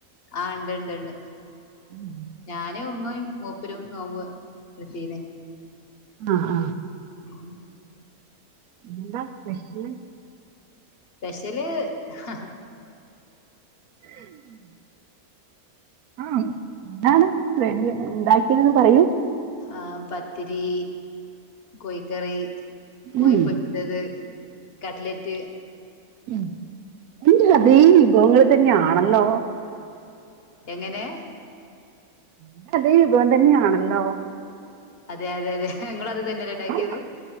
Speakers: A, on the left; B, on the right.
A: ആഹ് ണ്ട് ണ്ട് ണ്ട്
B: ം
A: ഞാനും ഉമ്മയും മൂപ്പരും നോമ്പ് ട്ത്തീന്ന്
B: ആ ആ
A: ഉം
B: ന്താ പറ്റി.
A: സ്പെഷ്യല് ഹ്ഹ
B: ഉം <unintelligible> ആ എന്താണ് ഡി <unintelligible> ഉണ്ടാക്കീയണത് പറയൂ.
A: ആ പത്തിരി. കോഴിക്കറി കോഴിപൊര്ച്ചത്
B: ഉം
A: കട്ട്ലെറ്റ്.
B: ഉം ന്റെ അതേ വിഭവങ്ങള് തന്നെആണല്ലോ.
A: എങ്ങനെ?
B: എന്റെ അതേ വിഭവം തന്നെആണല്ലോ.
A: അതെ അതെ അതെ ഹ് ങ്ങളും അത് തന്നെല്ലെണ്ടാക്കിയത്
B: ആണോ?